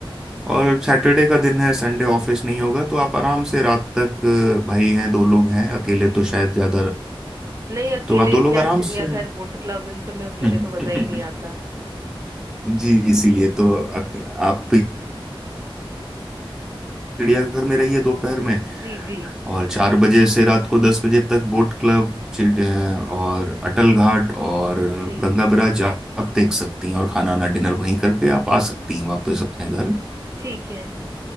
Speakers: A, in the centre; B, on the right.
A: और सैटरडे का दिन है संडे ऑफिस नहीं होगा तो आप आराम से रात तक अ, भाई हैं दो लोग हैं अकेले
B: हम्म
A: तो शायद ज्यादा
B: नहीं अकेले
A: तो आप दो
B: क्या
A: लोग आराम
B: चिड़ियाघर
A: से
B: बोट क्लब इन सब में अकेले
A: <laughs>
B: तो मजा ही नहीं आता
A: जी इसीलिए
B: जी
A: तो अक- आप चिड़ियाघर में रहिए दोपहर में
B: जी जी
A: और चार बजे से रात को दस बजे तक बोट क्लब चिड़ अ, और अटल घाट और
B: जी
A: गंगा बैराज आप देख सकती हैं और खाना ना डिनर वहीं करके आप आ सकती हैं वापस अपने घर
B: ठीक है